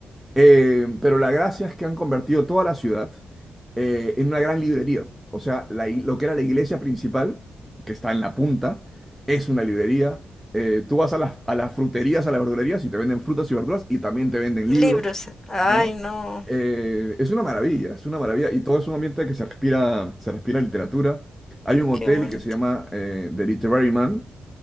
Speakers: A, in the centre; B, on the left.
A: Eh, pero la gracia es que han convertido toda la ciudad eh, en una gran librería. O sea, la ig- lo que era la iglesia principal, que está en la punta, es una librería. Eh, tú vas a las, a las fruterías, a las verdulerías y te venden frutas y verduras y también te venden libros,
B: Libros. Ay,
A: ¿no?
B: no,
A: Eh, es una maravilla, es una maravilla. Y todo es un ambiente que se respira, se respira literatura. Hay un hotel
B: qué bonito.
A: que se llama eh, The Literary Man